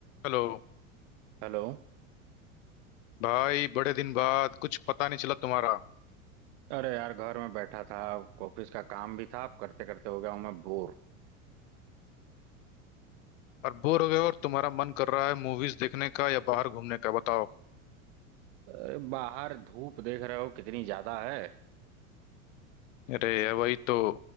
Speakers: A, on the left; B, on the right.
A: Hello
B: Hello
A: भाई बड़े दिन बाद कुछ पता नहीं चला तुम्हारा
B: अरे यार घर में बैठा था ऑफिस का काम भी था अब करते करते हो गया हूं मैं बोर
A: और बोर हो गए और तुम्हारा मन कर रहा है मूवीज देखने का या बाहर घूमने का बताओ
B: अरे बाहर धूप देख रहे हो कितनी ज्यादा है
A: अरे ये वही तो